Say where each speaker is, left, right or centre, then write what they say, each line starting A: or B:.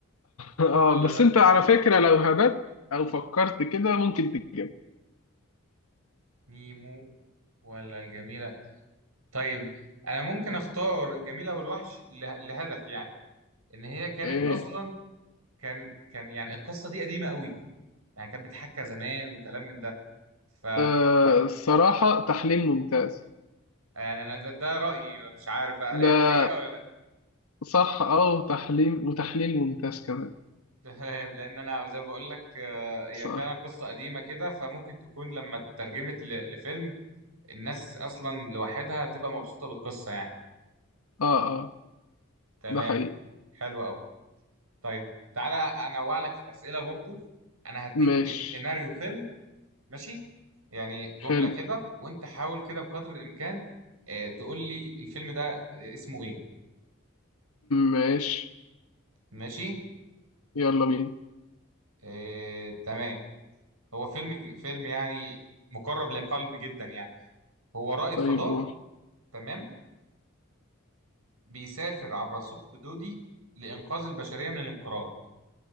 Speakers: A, on the left (about 85°); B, on the right (about 85°).
A: اه
B: إلا
A: بس انت على فكرة لو هبت او فكرت كده ممكن تجيب
B: نيمو ولا الجميلة طيب أنا ممكن أختار الجميلة والوحش له- لهدف يعني إن هي كانت
A: ايه
B: أصلا كان كان يعني القصة دي قديمة قوي يعني كانت بتحكى زمان وكلام من ده ف
A: آه الصراحة تحليل ممتاز
B: يعني أنا ده, ده رأيي أنا مش عارف بقى
A: ده
B: هل هي دي حقيقة ولا لأ
A: صح اه وتحليل وتحليل ممتاز كمان
B: <laughs> تمام لأن أنا زي ما بقول لك آه، هي
A: صح
B: فعلا قصة قديمة كده فممكن تكون لما اترجمت ل- لفيلم الناس اصلا لوحدها هتبقى مبسوطه بالقصه يعني
A: اه اه
B: تمام
A: ده حقيقي
B: حلو قوي طيب تعالى انوع لك في الاسئله برضو انا هديك
A: ماشي
B: سيناريو فيلم ماشي يعني جمله
A: حلو
B: كده وانت حاول كده بقدر الامكان آه، تقول لي الفيلم ده آه، اسمه ايه
A: ماشي
B: ماشي
A: يلا بينا
B: آه، تمام هو فيلم فيلم يعني مقرب لقلب جدا يعني هو رائد
A: طيب
B: فضاء
A: قول
B: تمام بيسافر عبر ثقب دودي لإنقاذ البشرية من الانقراض